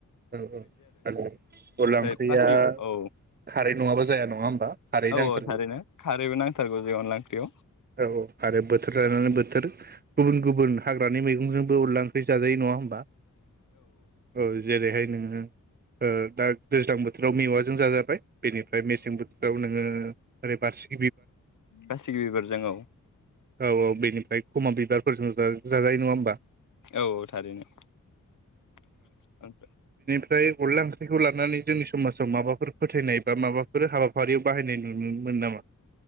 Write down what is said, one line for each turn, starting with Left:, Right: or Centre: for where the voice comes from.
Right: औ औ आरो अनला
Left: ओमफ्राय
Right: ओंख्रिया
Left: बाखि औ
Right: खारै नङाबा जाया नङा होमबा खारै
Left: औ
Right: नांथारगौ
Left: औ थारैनो खारैबो नांथारगौ जों अनला ओंख्रियाव
Right: औ औ आरो बोथोर लानानै बोथोर गुबुन गुबुन हाग्रानि मैगंजोंबो उरलां ख्रि जाजायो नङा होनोमबा औ जेरैहाय नोङो दा दैज्लां बोथोराव मेवाजों जाजाबाय बेनिफ्राय मेसें बोथोराव नोङो ओै बारसि
Left: बासिगि बिबारजों औ
Right: औ औ बेनिफ्राय खमा बिबारफोरजोंबो जाजायो नङा होमबा
Left: औ औ थारैनो थ
Right: ओमफ्राय अनला ओंख्रिखौ लानानै जोंनि समाजाव माबाफोर फोथायनाय बा माबाफोर हाबाफारियाव बाहायनाय नुनो मोन नामा